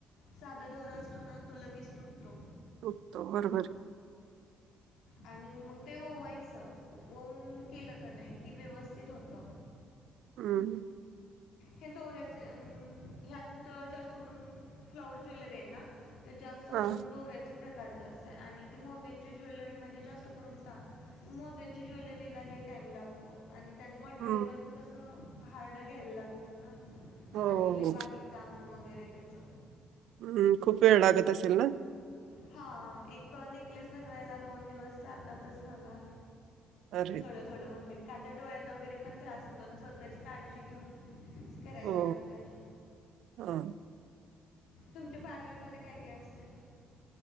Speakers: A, on the left; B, on the right.
A: साधा दोरा असतो ना तो लगेच तुटतो.
B: तुटतो बरोबर
A: आणि मग ते ओवायचं ओवून केलंका नाही कि व्यवस्थित होत.
B: हम्
A: हे दोऱ्याच अ ह्यात जास्त करून फ्लॉवर ज्वेलरी आहे ना ते जास्त
B: हां.
A: करून दोऱ्याचे प्रकार जास्त आणि ते मोत्यांची ज्वेलरीमध्ये जास्त करून तात मोहत्यांची ज्वेलरीला ली टाईम लागतो. आणि त्यात मटेरियल
B: हं.
A: पण तसं हार्ड घ्यायला लागतं ना.
B: हो,
A: आणि लई
B: हो.
A: बारीक काम वगैरे त्याच
B: हं. खूप वेळ लागत असेल ना?
A: हा एक नेकलेस बनवायला दोन दिवस जातातच मला.
B: अरे!
A: थोडं थोडं म्हटलं का तर डोळ्यांना वगैरे पण त्रास होतो ना स्वतःची काळजी घेऊन करायला
B: हो.
A: लागतय.
B: हां.
A: तुमच्या पार्लरमध्ये काय काय असतय?